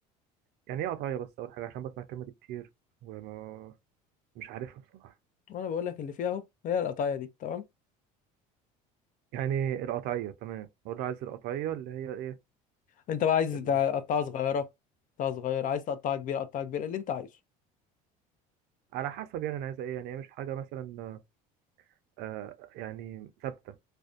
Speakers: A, on the right; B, on the left.
A: يعني ايه قطعيه بس اول حاجه عشان بسمع الكلمه دي كتير وما مش عارفها بصراحه
B: وانا بقول لك اللي فيها اهو هي القطعيه دي تمام
A: يعني القطعيه تمام اقول له عايز القطعيه اللي هي ايه
B: انت بقى عايز
A: ال...
B: تقطعها صغيره تقطعها صغيره عايز تقطعها كبيره قطعها كبيره اللي انت عايزه
A: على حسب يعني انا عايز ايه يعني هي مش حاجه مثلا آه يعني ثابته